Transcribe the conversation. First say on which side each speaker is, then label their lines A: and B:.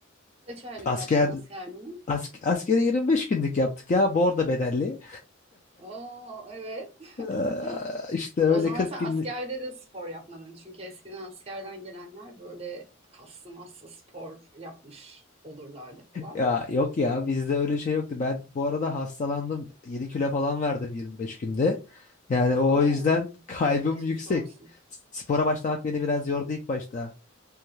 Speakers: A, on the right; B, on the left.
A: kaç aylık
B: Asker
A: yaptın askerliğini?
B: ask, askeri 25 günlük yaptık ya. Bu arada bedelli.
A: Oo evet. <laughs>
B: Ee, işte öyle
A: O zaman
B: 40
A: sen
B: günlük.
A: askerde de spor yapmadın. Çünkü eskiden askerden gelenler böyle kaslı maslı spor yapmış olurlardı falan.
B: Ya yok ya bizde öyle şey yoktu. Ben bu arada hastalandım. 7 kilo falan verdim 25 günde. Yani o
A: Oo
B: yüzden <laughs> kaybım
A: geçmiş
B: yüksek.
A: olsun.
B: Spora başlamak beni biraz yordu ilk başta.